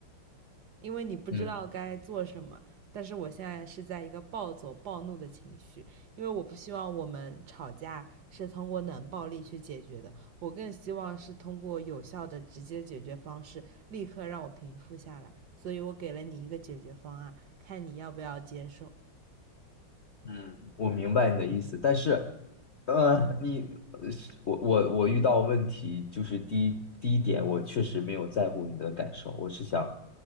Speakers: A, on the right; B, on the left.
A: 因为你不知道该做什么。
B: 嗯。
A: 但是我现在是在一个暴走暴怒的情绪，因为我不希望我们吵架是通过冷暴力去解决的，我更希望是通过有效的直接解决方式，立刻让我平复下来。所以我给了你一个解决方案，看你要不要接受。
B: 嗯我明白你的意思，但是，呃，你我我我遇到问题就是第一第一点，我确实没有在乎你的感受，我是想